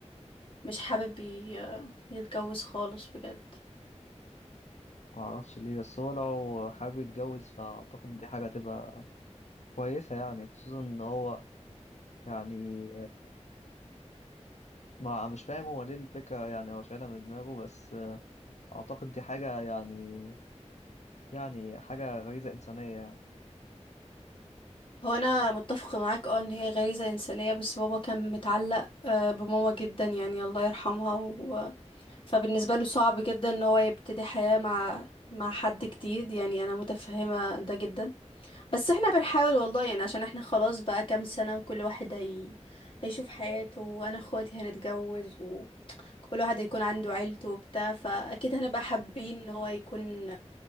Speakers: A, on the left; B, on the left.
A: مش حابب ي- يتجوز خالص بجد
B: معرفش ليه بس هو لو حابب يتجوز فأعتقد دي حاجة تبقى كويسة يعني خصوصا إن هو يعني ما مش فاهم هو ليه الفكرة يعني هو شايلها من دماغه بس أعتقد دي حاجة يعني يعني حاجة غريزة إنسانية يعني.
A: هو انا متفقه معاك اه ان هي غريزه انسانيه بس بابا كان متعلق آه، بماما جدا يعني الله يرحمها و... فبالنسبه له صعب جدا ان هو يبتدي حياه مع مع حد جديد يعني انا متفهمه ده جدا بس احنا بنحاول والله يعني عشان احنا خلاص بقى كام سنه وكل واحد هي... هيشوف حياته وانا اخواتي هنتجوز وكل واحد هيكون عنده عيلته وبتاع فاكيد هنبقى حابين ان هو يكون